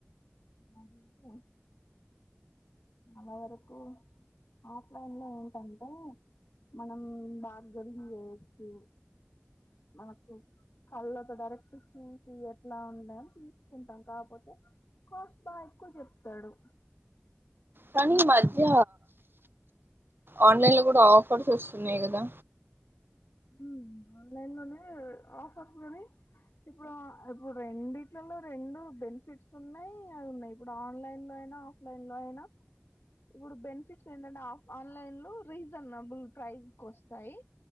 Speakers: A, on the left; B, on the right.
A: ఉ ఆ చాలా వరకు ఆఫ్లైన్ లో ఏంటంటే మనం బార్గరింగ్ చేేయచ్చు మనకు కల్లోతో డైరెక్ట్ చూ ది ఎట్లా ఉన్నా తీసుకుంటాం కాపోతే కాస్ట్ బాగా ఎక్కువ చెప్తాడు.
B: కనీమధ్య ఆన్లైన్ లో గూడ ఆఫర్స్ వస్తున్నయి గదా
A: హ్మ్ ఆన్లైన్ లనే ఆఫర్స్ గని ఇప్పుడు ఆ ఇప్పుడు రెండిట్లలో రెండు బెనిఫిట్స్ ఉన్నయీ అవున్నయి ఇప్పుడు ఆన్లైన్ లో ఐ న ఆఫ్లైన్ లో ఐనా ఇప్పుడు బెనిఫిట్స్ ఏంటంటే ఆఫ్ ఆన్లైన్ లో రీజనబుల్ ప్రైస్ కొస్తయి